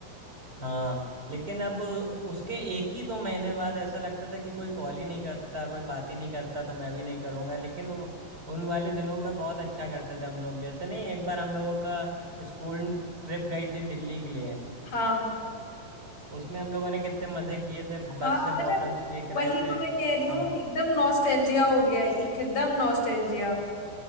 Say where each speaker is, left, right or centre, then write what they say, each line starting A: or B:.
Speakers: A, on the right (about 30°); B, on the left (about 50°).
A: हाँ लेकिन अब उसके एक ही दो महीने बाद ऐसा लगता था कि कोई कॉल ही नहीं करता कोई बात ही नहीं करता तो मैं भी नहीं करूँगा लेकिन वो उन वाले दिनों में बहुत अच्छा करते थे हम लोग जैसे नहीं एक बार हम लोगों का स्कूल ट्रिप गई थी दिल्ली के लिए
B: हाँ
A: उसमें हम लोगों ने कितने मज़े किए थे बस
B: हाँ
A: से
B: मतलब
A: बॉटल्स फेंक
B: वही
A: रहे थे
B: तो मैं कह रही हूँ
A: हाँ
B: एकदम नॉस्टैल्जिया हो गया है, एकदम नॉस्टैल्जिया